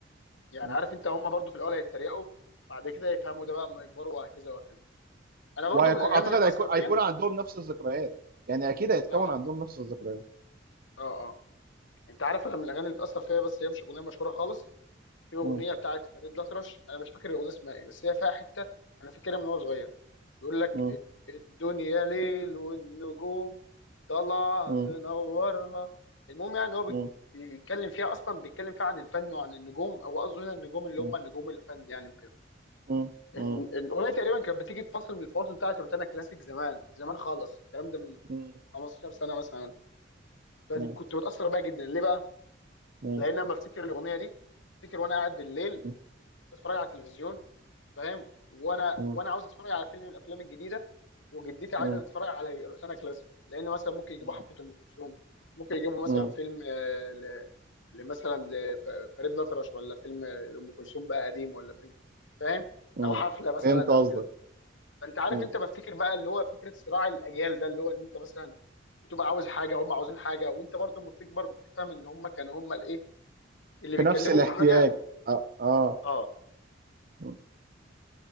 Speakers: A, on the left; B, on the right.
A: يعني
B: مم.
A: عارف انت هم برضو في الاول هيتريقوا بعد كده يفهموا ده بقى اما يكبروا وهكذا وهكذا انا برضو
B: وهيكون
A: من الاغاني
B: اعتقد
A: اللي اتاثر
B: هيكون
A: فيها
B: هيكون عندهم نفس الذكريات يعني اكيد هيتكون
A: اه
B: عندهم نفس الذكريات
A: اه اه انت عارف انا من الاغاني اللي بتاثر فيها بس هي مش اغنيه مشهوره خالص في اغنيه
B: مم.
A: بتاعت فريد الأطرش انا مش فاكر الاغنيه اسمها ايه بس هي فيها حته انا فاكرها من وانا صغير بيقول لك
B: مم.
A: الد- الدنيا ليل والنجوم طالعه
B: مم.
A: تنورها المهم يعني هو بيك-
B: مم.
A: بيتكلم فيها اصلا بيتكلم فيها عن الفن وعن النجوم او قصده هنا النجوم اللي
B: مم.
A: هم النجوم الفن يعني وكده
B: مم.
A: ال-
B: مم.
A: الاغنيه تقريبا كانت بتيجي في فصل من الفواصل بتاعت روتانا كلاسيك زمان زمان خالص الكلام ده من
B: مم.
A: 15 سنه مثلا فكنت
B: مم.
A: متاثر بيها جدا ليه بقى
B: مم.
A: لان انا بفتكر الاغنيه دي افتكر وانا قاعد بالليل
B: مم.
A: بتفرج على التلفزيون فاهم وانا
B: مم.
A: وانا عاوز اتفرج على فيلم من الافلام الجديده وجدتي عايزه
B: مم.
A: تتفرج على روتانا كلاسيك لان مثلا ممكن يجيبوا
B: مم.
A: حفله ام كلثوم ممكن يجيبوا مثلا
B: مم.
A: فيلم آه، ل... لمثلا لفريد الأطرش ولا فيلم لأم كلثوم بقى قديم ولا فيلم فاهم
B: مم.
A: او حفله مثلا
B: فهمت قصدك
A: او كده فانت عارف
B: مم.
A: انت بفتكر بقى اللي هو فكره صراع الاجيال ده اللي هو ان انت مثلا بتبقى عاوز حاجه هم عاوزين حاجه وانت برضه لما بتكبر بتفهم ان هم كانوا هم الايه اللي
B: في
A: بيتكلموا
B: نفس الاحتياج
A: في حاجه
B: اه اه
A: اه
B: مم.